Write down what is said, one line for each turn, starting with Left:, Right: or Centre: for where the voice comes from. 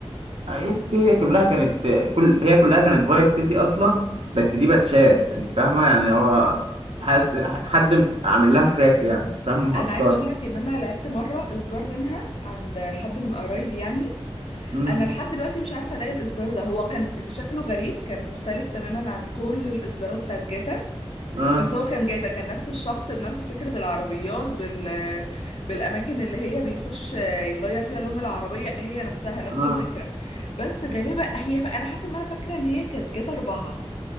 Right: هي سيتي هي كلها كانت كل هي كلها كانت فايس سيتي أصلا بس دي باتشات أنت فاهمة يعني هو حد حد عامل لها كراك يعني فاهم مهكرة
Left: انا عايزه اقول لك ان انا لعبت مره اصدار منها عند حد من قرايبي يعني
Right: مم.
Left: انا لحد دلوقتي مش عارفه الاقي الاصدار ده هو كان شكله غريب كان مختلف تماما عن كل الاصدارات بتاعت جاتا
Right: اه
Left: بس هو كان جاتا كان نفس الشخص بنفس فكره العربيات بال بالاماكن اللي هي بيخش يغير فيها لون العربيه هي نفسها نفس
Right: اه
Left: الفكره بس غالبا هي انا حسب ما انا فاكره ان هي كانت جاتا أربعة